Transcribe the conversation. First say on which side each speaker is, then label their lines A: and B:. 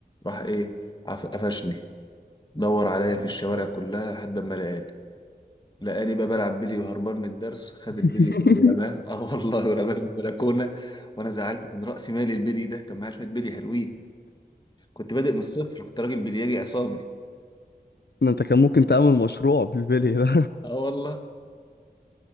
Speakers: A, on the left; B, on the left.
A: راح إيه عف- قفشني دور عليا في الشوارع كلها لحد ما لقاني لقاني بقى بلعب بيلي وهربان من الدرس خد
B: <laughs>
A: البيلي كله ورماه <laughs> اه والله ورماه في البلكونه وانا زعلت كان راسي مالي البيلي ده كان معايا شويه بيلي حلوين كنت بادئ من الصفر كنت راجل بلياجي عصامي
B: ده انت كان ممكن تعمل مشروع بالبيلي ده
A: اه والله